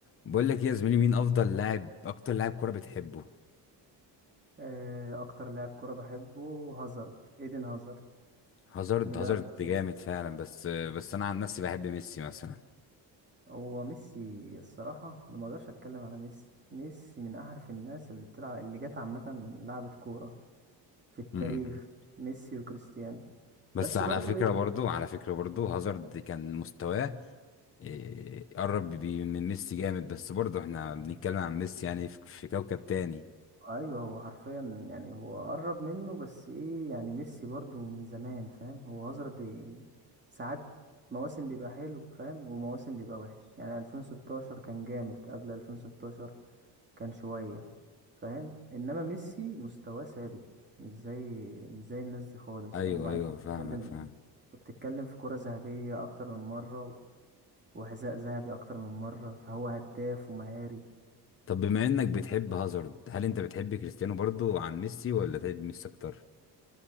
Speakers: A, on the left; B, on the right.
A: بقول لك إيه يا زميلي مين افضل لاعب اكتر لاعب كوره بتحبه
B: آه، اكتر لاعب كرة بحبه هازارد ايدن هازارد
A: هازارد
B: اللي بيلعب
A: هازارد
B: في تشيلسي
A: جامد فعلا بس بس انا عن نفسي بحب ميسي مثلا
B: هو ميسي الصراحة انا ما اقدرش اتكلم على ميسي ميسي من احرف الناس اللي بتلعب اللي جت عامة لعبة كورة في التاريخ
A: أمم.
B: ميسي وكريستيانو
A: بس
B: بس
A: على
B: برضو
A: فكره
B: ايه
A: برضو على فكره برضو هازارد كان مستواه إيه، قرب بي- من ميسي جامد بس برضو احنا بنتكلم عن ميسي يعني في في كوكب تاني
B: ايوه هو حرفيا يعني هو قرب منه بس ايه يعني ميسي برضو من زمان فاهم هو هازارد إيه، ساعات مواسم بيبقى حلو فاهم ومواسم بيبقى وحش يعني 2016 كان جامد قبل 2016 كان شوية فاهم انما ميسي مستواه ثابت مش زي مش زي الناس دي خالص
A: ايوه
B: فاهم وبعدين
A: ايوه
B: انت
A: فاهمك
B: بتتكلم
A: فاهم
B: بتتكلم في كرة ذهبية اكتر من مرة وحذاء ذهبي اكتر من مرة فهو هداف ومهاري
A: طب بما انك بتحب هازارد هل انت بتحب كريستيانو برضو عن ميسي ولا تحب ميسي اكتر